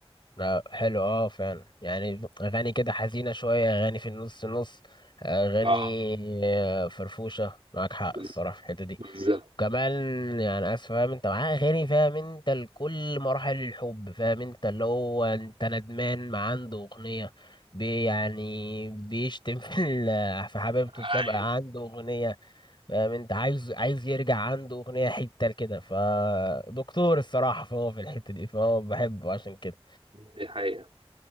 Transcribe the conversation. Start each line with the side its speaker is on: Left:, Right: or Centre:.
Left: لا حلو اه فعلا يعني اغاني كده حزينه شويه اغاني في النص نص اغاني
Right: اه
Left: آه، فرفوشه معاك حق
Right: بز-
Left: الصراحه في الحته دي
Right: بالظبط
Left: كمان يعني اسف فاهم انت معاه اغاني فاهم انت لكل مراحل الحب فاهم انت اللي هو انت ندمان ما عنده اغنيه بي يعني بيشتم في ال- في حبيبته
Right: أيوة،
Left: السابقه عنده اغنيه فاهم انت عايز عايز يرجع عنده اغنيه حته كده فدكتور الصراحه فهو في الحته دي فهو بحبه عشان كده
Right: دي حقيقه